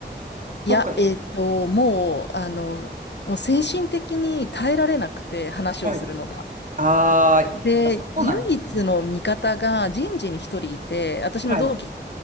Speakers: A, on the left; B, on the right.
A: いや、
B: 特に。
A: えっと、もう、あの、もう精神的に耐えられなくて、話をするのが。
B: はい。ああ、やっぱそうなんですね。
A: で、唯一の味方が人事に一人いて、私の同期
B: はい。